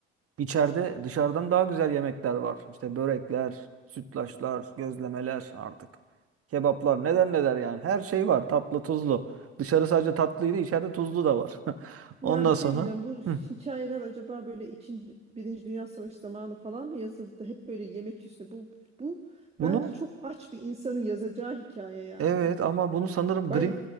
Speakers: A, on the right; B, on the right.
A: İçeride dışarıdan daha güzel yemekler var. İşte börekler, sütlaçlar, gözlemeler artık. Kebaplar neler neler yani. Her şey var tatlı tuzlu. Dışarı sadece tatlıydı içeride tuzlu da var. <laughs>
B: Ya
A: Ondan
B: bir şey
A: sonra
B: diyeceğim. Bu hikayeler
A: hı,
B: acaba böyle ikinci, Birinci Dünya Savaşı zamanı falan mı yazıldı? Hep böyle yemek üstüne. Bu, bu
A: bunu
B: bence çok aç bir insanın yazacağı hikaye yani.
A: evet ama bunu sanırım
B: Bay,
A: Grimm,